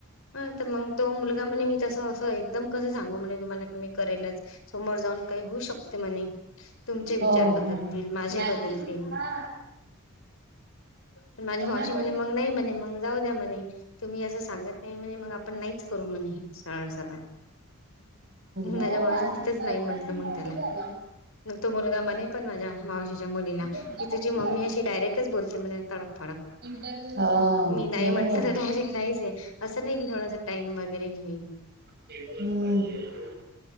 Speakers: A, on the left; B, on the right.
A: ह तर मग तो मुलगा म्हणे मी तसं असं एकदम कसं सांगू म्हणे तुम्हाला की मी करेलच. समोर जाऊन काही होऊ शकते म्हणे तुमचे
B: हो
A: विचार बदलतील
B: हो
A: माझे
B: लातूर
A: बदलतील.
B: हा
A: पण माझी
B: कोणाकडे
A: मावशी म्हणे मग नाही म्हणे मग जाऊ द्या म्हणे तुम्ही असं सांगत नाय म्हणे मग आपण नाहीच करू म्हणे हे सरा सराळ माझ्या
B: हो
A: मावजने
B: आज
A: तिथंच
B: होता
A: नाही
B: आजपासून
A: म्हंटलं मग
B: चालू
A: त्याला
B: झाला
A: ग तो मुलगा म्हणे पण माझ्या मावश्याच्या मुलीला
B: म्हणजे उद्यापासून
A: की तुझ मम्मी
B: चालू
A: अशी डयरेक्टच बोलते म्हणज तडकफडक.
B: इंटरव्ह्यू झाला
A: मी नाही
B: बरोबर
A: म्हंटलं तर डायरेक्ट नाहीच ये असं नाही की थोडासा टाइम वगैरे घेईन
B: <unintelligible>